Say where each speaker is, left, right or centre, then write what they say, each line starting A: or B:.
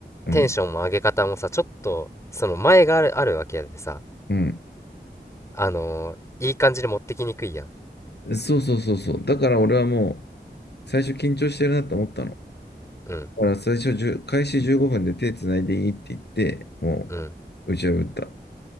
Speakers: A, on the left; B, on the left.
A: うん、
B: テンションも上げ方もさ、ちょっと、その前がある、あるわけやでさ、
A: うん。
B: あのーいい感じに持ってきにくいやん。
A: そうそうそうそう。だから俺はもう、最初緊張してるなと思ったの。だ
B: うん、
A: から最初10、開始15分で手つないでいいって言って、も
B: うん。
A: う、打ち破った。